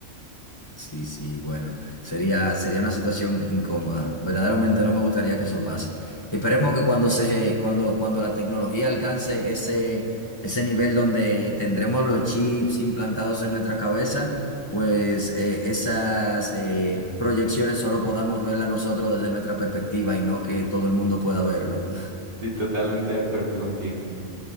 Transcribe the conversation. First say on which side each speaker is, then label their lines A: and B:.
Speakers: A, on the left (about 20°); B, on the right (about 65°).
A: Sí, sí, bueno, sería, sería una situación incómoda. Verdaderamente no me gustaría que eso pase. Esperemos que cuando se, cuando, cuando la tecnología alcance ese, ese nivel donde tendremos los chips implantados en nuestra cabeza, pues eh, esas eh, proyecciones solo podamos verlas nosotros desde nuestra perspectiva y no que todo el mundo pueda verlo. <laughs>
B: Sí, totalmente de acuerdo contigo.